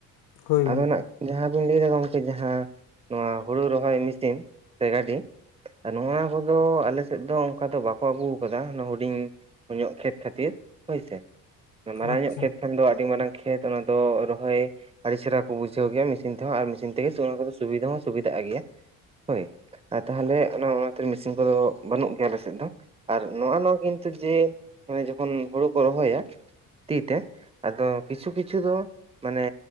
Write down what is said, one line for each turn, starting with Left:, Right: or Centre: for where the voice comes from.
Left: ᱦᱳᱭ ᱜᱚᱝᱠᱮ
Right: ᱟᱫᱚ ᱱᱟᱜ ᱡᱟᱦᱟᱸ ᱵᱤᱱ ᱞᱟᱹᱭᱟ ᱜᱚᱝᱠᱮ ᱡᱟᱦᱟᱸ ᱱᱚᱣᱟ ᱦᱩᱲᱩ ᱨᱚᱦᱚᱭ ᱢᱮᱥᱤᱱ ᱥᱮ ᱜᱟᱹᱰᱤ ᱱᱚᱣᱟ ᱠᱚᱫᱚ ᱟᱞᱮᱥᱮᱫ ᱫᱚ ᱚᱱᱠᱟ ᱫᱚ ᱵᱟᱠᱚ ᱟᱹᱜᱩᱣ ᱠᱟᱫᱟ ᱦᱩᱰᱤᱧ ᱠᱚᱢᱧᱚᱜ ᱠᱷᱮᱛ ᱠᱷᱟᱹᱛᱤᱨ ᱦᱳᱭᱥᱮ ᱢᱟᱨᱟᱝ
Left: ᱟᱪᱪᱷᱟ
Right: ᱧᱚᱜ ᱠᱷᱮᱛ ᱠᱷᱟᱱ ᱫᱚ ᱟᱹᱰᱤ ᱢᱟᱨᱟᱝ ᱠᱷᱮᱛ ᱚᱱᱟ ᱫᱚ ᱨᱚᱦᱚᱭ ᱟᱹᱰᱤ ᱪᱮᱨᱦᱟ ᱠᱚ ᱵᱩᱡᱷᱟᱹᱣ ᱜᱮᱭᱟ ᱢᱮᱥᱤᱱ ᱛᱮᱦᱚᱸ ᱟᱨ ᱢᱮᱥᱤᱱ ᱛᱮᱜᱮ ᱚᱱᱟ ᱠᱚᱫᱚ ᱥᱩᱵᱤᱫᱷᱟ ᱦᱚᱸ ᱥᱩᱵᱤᱫᱷᱟᱜ ᱜᱮᱭᱟ ᱦᱳᱭ᱾ ᱟᱨ ᱛᱟᱦᱞᱮ ᱚᱱᱟ ᱚᱱᱟᱛᱮ ᱢᱮᱥᱤᱱ ᱠᱚᱫᱚ ᱵᱟᱹᱱᱩᱜ ᱜᱮᱭᱟ ᱟᱞᱮ ᱥᱮᱫ ᱫᱚ᱾ ᱟᱨ ᱱᱚᱜᱼᱱᱚᱣᱟ ᱠᱤᱱᱛᱩ ᱡᱮ ᱡᱚᱠᱷᱚᱱ ᱦᱩᱲᱩ ᱠᱚ ᱨᱚᱦᱚᱭᱟ᱾ ᱛᱤ ᱛᱮ ᱟᱫᱚ ᱠᱤᱪᱷᱩ ᱠᱤᱪᱷᱩ ᱫᱚ ᱢᱟᱱᱮ